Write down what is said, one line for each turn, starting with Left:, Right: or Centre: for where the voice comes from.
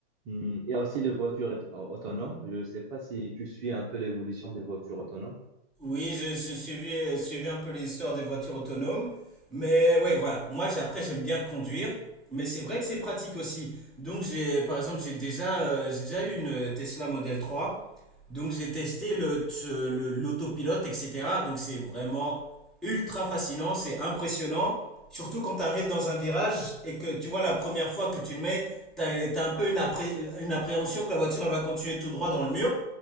Right: Hum, Il y a aussi les voitures aut- autonomes. Je ne sais pas si tu suis un peu l'évolution des voitures autonomes.
Centre: Oui, je, je suivi, euh, suivi un peu l'histoire des voitures autonomes. Mais ouais, voilà. Moi, j'ai- après, j'aime bien conduire. Mais c'est vrai que c'est pratique aussi. Donc, j'ai, par exemple, j'ai déjà, euh, j'ai déjà eu une euh, Tesla Model 3. Donc j'ai testé le, le- l'autopilote, etc. Donc c'est vraiment ultra fascinant, c'est impressionnant. Surtout quand tu arrives dans un virage et que tu vois la première fois que tu le mets, tu as, as un peu une, appré- une appréhension que la voiture elle va continuer tout droit dans le mur.